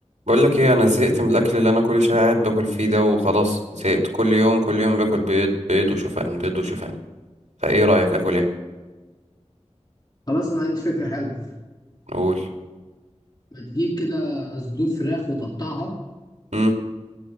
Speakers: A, on the right; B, on the left.
A: بقول لك ايه انا زهقت من الاكل اللي انا كل شويه قاعد باكل فيه ده وخلاص زهقت كل يوم كل يوم باكل بيض بيض وشوفان بيض وشوفان فايه رايك اكل ايه
B: خلاص انا عندي فكره حلوه
A: نقول
B: ما تجيب كده صدور فراخ وتقطعها
A: امم